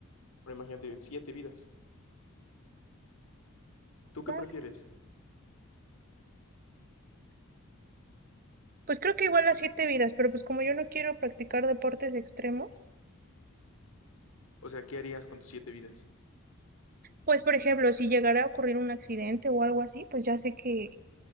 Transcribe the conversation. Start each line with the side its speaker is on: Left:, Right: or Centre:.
Left: pero imagínate, siete vidas. ¿Tú qué
Right: Vale.
Left: prefieres?
Right: Pues creo que igual las siete vidas, pero pues como yo no quiero practicar deportes extremos,
Left: O sea, ¿qué harías con tus siete vidas?
Right: pues por ejemplo, si llegara a ocurrir un accidente o algo así, pues ya sé que